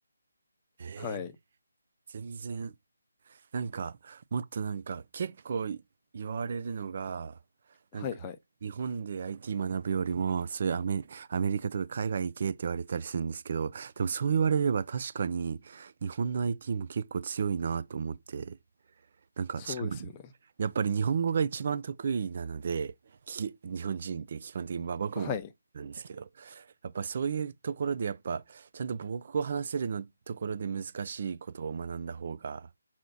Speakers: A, on the right; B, on the left.
A: ええ、
B: はい。
A: 全然。なんか、もっとなんか、結構言われるのが、なんか、
B: はいはい。
A: 日本で IT 学ぶよりも、そういうアメ、アメリカとか海外行けって言われたりするんですけど、でもそう言われれば確かに、日本の IT も結構強いなと思って、なんか、
B: そうですよね。
A: しかも、やっぱり日本語が一番得意なので、き、日本人って基本的に、まあ僕もなんですけど、
B: はい。
A: やっぱそういうところでやっぱ、ちゃんと母国語を話せるのところで難しいことを学んだ方が、